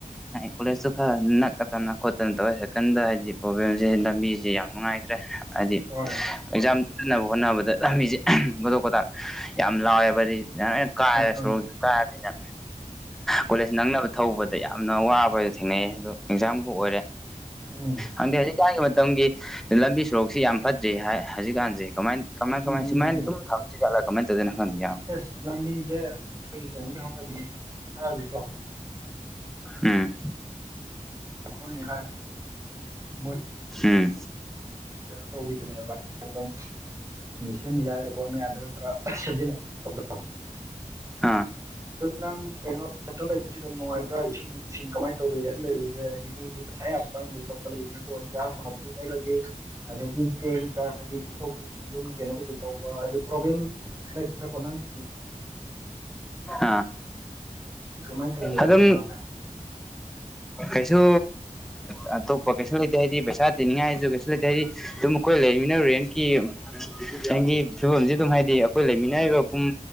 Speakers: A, in the centre; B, on the right.
A: ꯀꯣꯂꯦꯖꯇꯨ ꯈꯔ ꯅꯛꯀꯗꯅ ꯈꯣꯠꯇꯅ ꯇꯧꯋꯦ ꯍꯥꯏꯀꯟꯗ ꯍꯥꯏꯗꯤ ꯄ꯭ꯔꯣꯕ꯭ꯂꯦꯝꯁꯦ ꯂꯝꯕꯤꯁꯦ ꯌꯥꯝ ꯅꯨꯡꯉꯥꯏꯇ꯭ꯔꯦ ꯍꯥꯏꯗꯤ
B: ꯍꯣꯏ ꯑꯥ
A: ꯑꯦꯛꯖꯥꯝ ꯆꯠꯅꯕ ꯍꯣꯠꯅꯕꯗ ꯂꯝꯕꯤꯁꯦ ꯀꯣꯗꯣꯛ ꯀꯗꯥꯛ ꯌꯥꯝ ꯂꯥꯎꯋꯦꯕ ꯀꯥꯏꯔꯦ
B: ꯑꯥ
A: ꯁꯣꯔꯣꯛꯁꯦ ꯀꯥꯏꯔꯅꯤꯅ ꯀꯣꯂꯦꯖ ꯅꯪꯅꯕ ꯊꯧꯕꯗ ꯌꯥꯝꯅ ꯋꯥꯕ ꯊꯦꯡꯅꯩꯌꯦ ꯑꯗꯨ ꯑꯦꯛꯖꯥꯝꯕꯨ ꯑꯣꯏꯔꯦ
B: ꯎꯝ
A: ꯈꯪꯗꯦꯍꯧꯖꯤꯛ ꯥꯒꯤ ꯃꯇꯝꯒꯤ ꯂꯝꯕꯤ ꯁꯣꯔꯣꯛꯁꯤ ꯌꯥꯝ ꯐꯠꯇ꯭ꯔꯤ ꯍꯥꯏ ꯍꯧꯖꯤꯛꯀꯥꯟꯁꯦ ꯀꯃꯥꯏ ꯀꯃꯥꯏ
B: ꯎꯝ
A: ꯀꯃꯥꯏ
B: ꯎꯝ
A: ꯁꯃꯥꯏꯅ
B: ꯎꯝ
A: ꯑꯗꯨꯝ ꯊꯝꯁꯤꯠꯂ ꯀꯃꯥꯏ ꯇꯧꯗꯣꯏꯅꯣ ꯈꯪꯗꯦ
B: ꯁꯤ ꯂꯝꯕꯤꯁꯦ ꯑꯩꯒꯤ ꯀꯩꯅꯣꯝꯒꯤ ꯍꯧꯅꯕꯤꯅꯦ ꯁꯔꯀꯥꯔꯒꯤꯀꯣ
A: ꯎꯝ
B: ꯑꯩꯈꯣꯏꯅꯤ ꯍꯥꯏ ꯃꯣꯏ
A: ꯎꯝ
B: ꯀꯩꯅꯣ ꯇꯧꯕꯤꯗꯨꯅꯦꯕ ꯑꯗꯨꯝ ꯁꯦꯝꯃꯤ ꯍꯥꯏꯔꯒ ꯕꯣꯠ ꯃꯌꯥꯝꯗꯒ ꯈꯔ ꯁꯦꯝꯖꯤꯟꯅ ꯈꯣꯠ ꯇꯧꯕ
A: ꯑꯥ
B: ꯅꯪ ꯀꯩꯅꯣ ꯔꯦꯟꯇ ꯂꯩꯕꯗꯤ ꯑꯗꯨꯝ ꯅꯨꯡꯉꯥꯏꯕ꯭ꯔꯥ ꯏꯁꯤꯡ ꯅꯨꯡꯁꯤꯡ ꯀꯃꯥꯏꯅ ꯇꯧꯔꯤꯒꯦ ꯂꯩꯕꯁꯤ ꯍꯥꯏꯗꯤ ꯃꯤꯒꯤ ꯄꯩꯁꯥ ꯌꯥꯝ ꯆꯪꯕ ꯈꯣꯠꯄ ꯂꯩꯗꯅꯀꯣ ꯏꯟꯖꯥꯡ ꯅꯥꯄꯤ ꯂꯩꯕꯒꯤ ꯑꯗꯒꯤ ꯆꯦꯡ ꯆꯥꯡ ꯑꯗꯤ ꯄꯤꯊꯣꯛ ꯄꯤꯁꯤꯟꯗ ꯀꯩꯅꯣ ꯀꯩꯀꯩ ꯇꯧꯕ ꯍꯥꯏꯗꯤ ꯄ꯭ꯔꯣꯕ꯭ꯂꯦꯝ ꯂꯩꯇꯅꯀꯣ ꯅꯪꯪ
A: ꯑ
B: ꯀꯃꯥꯏꯅ ꯇꯧꯒꯦ
A: ꯑꯗꯝ
B: ꯊꯦꯡꯅꯕꯁꯦ
A: ꯀꯩꯁꯨ ꯑꯇꯣꯞꯄ ꯀꯩꯁꯨ ꯂꯩꯇꯦ ꯍꯥꯏꯗꯤ ꯄꯩꯁꯥ ꯇꯤꯅꯤꯡꯉꯥꯏꯁꯨ ꯀꯩꯁꯨ ꯂꯩꯇꯦ ꯍꯥꯏꯗꯤ ꯑꯗꯨꯝ ꯑꯩꯈꯣꯏ ꯂꯩꯃꯤꯅ ꯔꯦꯟꯀꯤ ꯅꯒꯤ ꯐꯤꯕꯝꯁꯤꯦ ꯑꯗꯨꯝ ꯍꯥꯏꯗꯤ ꯑꯩꯈꯣꯏ ꯂꯩꯃꯤꯟꯅꯔꯤꯕ ꯄꯨꯡ